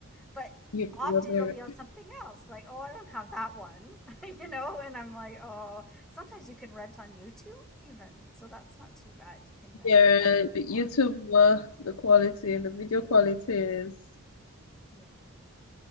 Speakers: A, in the centre; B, on the left.
A: but
B: you
A: often
B: probably
A: it'll
B: right.
A: be on something else. Like, oh, I don't have that one. <laughs> you know, and I'm like, oh, sometimes you can rent on YouTube even. So that's not too bad. You can rent
B: yeah. The
A: watch.
B: YouTube work, the quality, the video quality is.
A: Yeah.